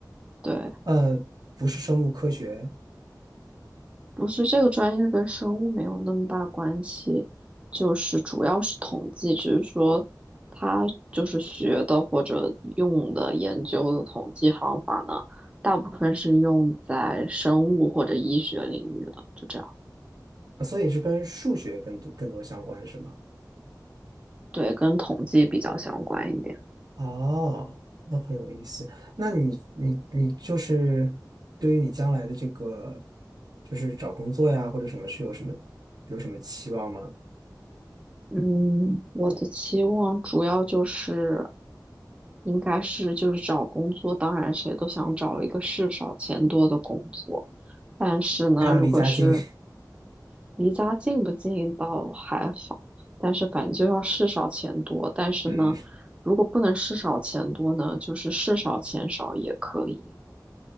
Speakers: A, on the right; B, on the right.
A: 对，
B: 呃，不是生物科学，
A: 不是这个专业跟生物没有那么大关系，就是主要是统计，只是说他就是学的或者用的研究的统计方法呢，大部分是用在生物或者医学领域的，就这样。
B: 呃所以是跟数学更多更多相关，是吗？
A: 对，跟统计比较相关一点。
B: 哦，那很有意思。那你你你就是对于你将来的这个，就是找工作呀或者什么，是有什么有什么期望吗？
A: 嗯，我的期望主要就是，应该是就是找工作，当然谁都想找一个事少钱多的工作。但是呢，
B: 还要离家近，
A: 如果是离家近不近倒还好，但是反正就要事少钱多。但是呢，
B: <laughs> 嗯，
A: 如果不能事少钱多呢，就是事少钱少也可以。